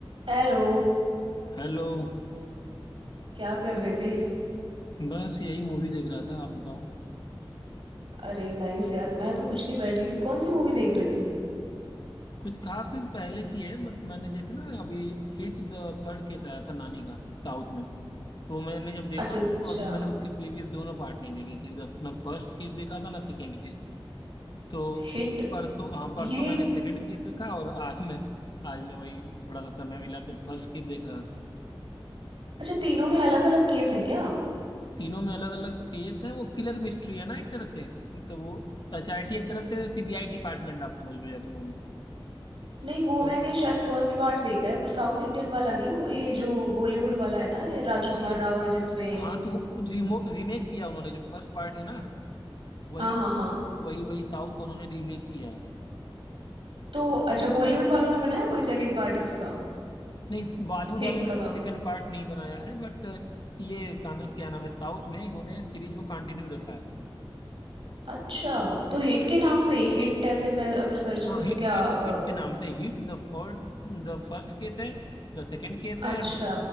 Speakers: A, on the right; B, on the left.
A: Hello
B: Hello
A: क्या कर रहे थे
B: बस यही movie देख रहा था आप बताओ
A: अरे नाइस यार मैं तो कुछ नहीं बैठी थी कौन सी मूवी देख रहे थे
B: कुछ खास नहीं पहले की है बट मैंने जैसे ना अभी हिट द थर्ड केस आया था नानी का साउथ में तो मैंने जब देखा
A: अच्छा अच्छा
B: ना तो अभी मैंने उसके प्रीवियस दोनों पार्ट नहीं देखे थे जब ना फर्स्ट केस देखा था ना सेकंड केस तो
A: हिट
B: परसों हाँ परसों
A: ये
B: मैंने सेकंड केस देखा और आज मैं आज मैं वही थोड़ा सा समय मिला तो फर्स्ट केस देख रहा था
A: अच्छा तीनों में अलग अलग केस हैं क्या
B: तीनों में अलग अलग केस है वो किलर मिस्ट्री है ना एक तरह से तो वो एसआईटी एक तरह से सीबीआई डिपार्टमेंट आप समझ लो जैसे उन्होंने
A: नहीं वो
B: तो
A: मैंने
B: वो
A: शायद फर्स्ट पार्ट देखा है पर साउथ इंडियन वाला नहीं वो ये जो बॉलीवुड वाला है ना ये राजकुमार
B: ये
A: राव है जिसमें
B: हाँ तो वो रिमो रीमेक किया उन्होंने जो फर्स्ट पार्ट है ना वही
A: हाँ हाँ हाँ
B: वही वही साउथ का उन्होंने रीमेक किया है
A: तो अच्छा बॉलीवुड वालों ने बनाया कोई सेकंड पार्ट इसका
B: नहीं बॉलीवुड
A: हिट
B: वाले ने
A: का
B: कोई सेकंड पार्ट नहीं बनाया है बट ये का ना, क्या नाम है साउथ में इन्होंने सीरीज को कंटिन्यू रखा है
A: अच्छा तो हिट के नाम से ये हिट ऐसे मैं अगर सर्च
B: हाँ
A: कर दूं
B: हिट
A: क्या
B: हिट
A: अ,
B: हिट के नाम से HIT the first the first case है द सेकंड केस है
A: अच्छा
B: एंड